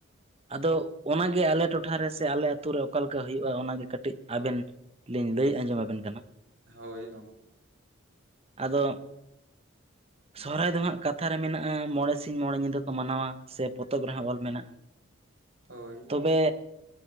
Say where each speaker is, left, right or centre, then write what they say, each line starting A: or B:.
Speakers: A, on the right; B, on the right.
A: ᱟᱫᱚ ᱚᱱᱟᱜᱮ ᱟᱞᱮ ᱴᱚᱴᱷᱟᱨᱮ ᱥᱮ ᱟᱞᱮ ᱟᱛᱳ ᱨᱮ ᱚᱠᱟᱞᱮᱠᱟ ᱦᱩᱭᱩᱜᱼᱟ ᱚᱱᱟᱜᱮ ᱠᱟᱹᱴᱤᱡ ᱟᱵᱮᱱ ᱞᱤᱧ ᱞᱟᱹᱭ ᱟᱸᱡᱚᱢ ᱟᱵᱮᱱ ᱠᱟᱱᱟ᱾
B: ᱦᱳᱭ ᱜᱚᱢᱠᱮ
A: ᱟᱫᱚ, ᱥᱚᱦᱚᱨᱟᱭ ᱫᱚ ᱦᱟᱸᱜ ᱠᱟᱛᱷᱟ ᱨᱮ ᱢᱮᱱᱟᱜᱼᱟ ᱢᱚᱬᱮ ᱥᱤᱧ ᱢᱚᱬᱮ ᱧᱤᱫᱟᱹ ᱠᱚ ᱢᱟᱱᱟᱣᱟ᱾ ᱥᱮ ᱯᱚᱛᱚᱵ ᱨᱮᱦᱚᱸ ᱚᱞ ᱢᱮᱱᱟᱜᱼᱟ᱾
B: ᱦᱳᱭ᱾
A: ᱛᱚᱵᱮ,